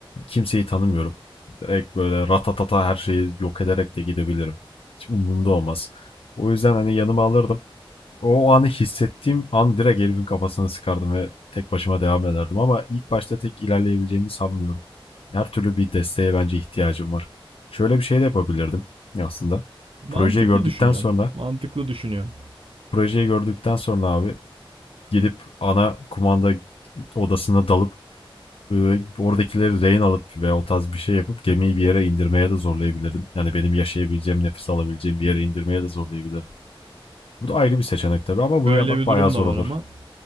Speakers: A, on the left (about 80°); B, on the right (about 75°).
A: Kimseyi tanımıyorum. Direkt böyle ratatata her şeyi yok ederek de gidebilirim. Hiç umurumda olmaz. O yüzden hani yanıma alırdım. O anı hissettiğim an direkt herifin kafasını sıkardım ve tek başıma devam ederdim. Ama ilk başta tek ilerleyebileceğimi sanmıyorum. Her türlü bir desteğe bence ihtiyacım var. Şöyle bir şey de yapabilirdim aslında.
B: Mantıklı
A: Projeyi gördükten
B: düşünüyorsun.
A: sonra,
B: Mantıklı düşünüyorsun.
A: projeyi gördükten sonra abi gidip ana kumanda odasına dalıp e, oradakileri rehin alıp ve o tarz bir şey yapıp gemiyi bir yere indirmeye de zorlayabilirdim. Yani benim yaşayabileceğim, nefes alabileceğim bir yere indirmeye de zorlayabilirdim. Bu da ayrı bir seçenek tabii ama bunu
B: Böyle
A: yapmak
B: bir
A: bayağı
B: durum
A: zor
B: da var
A: olur.
B: ama